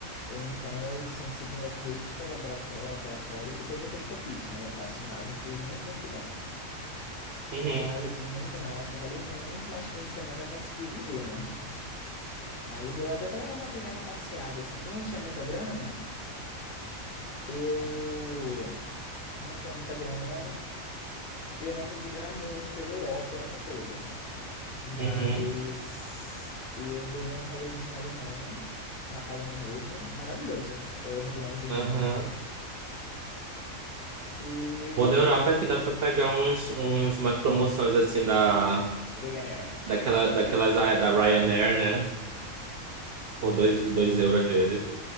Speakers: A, on the left; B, on the right.
A: Então, assim, de segunda a sexta, laboratório, laboratórios. Eu sou microscopista, né? Eu faço imagens de coisas muito, muito pequenas.
B: Uhum,
A: Aí eu fiz muita imagem, trabalhei muito, mas fim de semana eu consegui viver, né? Aí deu até para dar uma pequena passeada, assim. Como eu não tinha muita grana, eu. Como eu não tinha muita grana, eu não consegui viajar muito pela Europa, Europa toda. Mas
B: uhum,
A: eu dei um rolezinho na Alemanha, Natal e Ano Novo, maravilhoso. O Réveillon em Berlim.
B: aham.
A: E.
B: O bom da Europa é que dá pra pegar uns, uns, umas promoções assim da,
A: Ryanair.
B: daquela, daquelas ah, é da Ryanair, né?
A: É.
B: Por dois, dois euros às vezes.